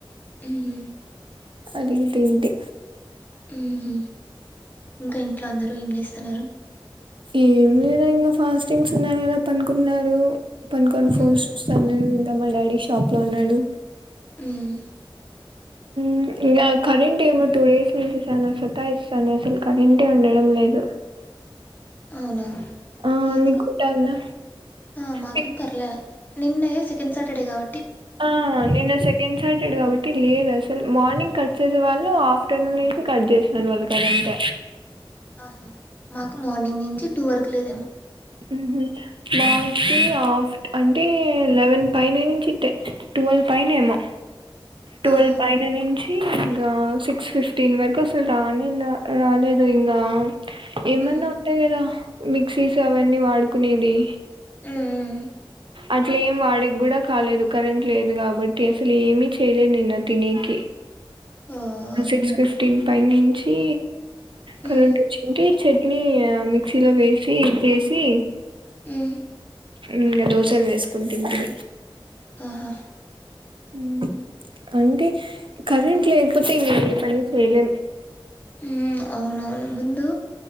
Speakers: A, on the left; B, on the right.
A: హ్ హ్
B: అది తింటి.
A: మ్ హ్ ఇంకా ఇంట్లో అందరు ఏం చేస్తున్నారు?
B: ఏం లేద్ ఇంగ ఫాస్టింగ్స్ ఉన్నారు కదా పనుకున్నారు. పండుకోన్ ఫోన్స్
A: హ్మ్.
B: చూస్తనాడు ఇంకా మా డాడీ షాప్లో ఉన్నాడు.
A: హ్మ్
B: మ్ ఇంగ కరెంట్ ఏమో టూ డేస్ నుంచి చాల సతా ఇస్తాంది అసల్ కరెంటే ఉండడం లేదు. <inaudible>
A: అవునా
B: ఆ
A: ఎందుకు
B: మీకుంటా ఉందా
A: ఆ మకేం
B: మీక్
A: పర్లా నిం నయా సెకెండ్ సాటర్డే కాబ
B: ఆ నిన్న సెకండ్ సాటర్డే కాబట్ టి లేద్ అసల్ మార్నింగ్ కట్ చేసేవాళ్లు ఆఫ్టర్నూనేసి కట్ చేస్తర్ వాళ్ళు కరెంట్
A: హా మాకు మార్నింగ్ నుంచి టూ వరకు లెదేమో
B: మ్ హ్ మాకి హాఫ్ట్ అంటే లెవెన్ ఫైన నుంచి ఇట్టే ట్వెల్వ్ పైనేమో ట్వెల్వ్
A: ఆహా!
B: పైన నుంచి ఆ సిక్స్ ఫిఫ్టీన్ వరకు అసల్ రానేల రాలేదు ఇంగ ఏమన్నా
A: హ్మ్.
B: ఉంటే కదా మిక్సీస్ అవన్నీ వాడుకునేవి.
A: మ్ మ్
B: అట్లేం వాడ్ డిక్ గుడా కాలేదు కరెంట్ లేదు కాబట్టి అసలేమీ చేయలే నిన్న తినేకి
A: ఓహ్!
B: సిక్స్ ఫిఫ్టీన్ పైన నుంచి
A: హ్మ్
B: కరెంట్ ఒచ్చి ఉంటే చట్నీ ఆ మిక్సీలో వేసి చేేసి
A: హ్మ్
B: ఇంగ దోశల్ వేస్కుం తింటి.
A: ఆహా
B: మ్ అంటే కరెంట్ లేక్పోతే ఇగ ఏ పని చేయలేం.
A: హ్మ్. అవునవును ముందు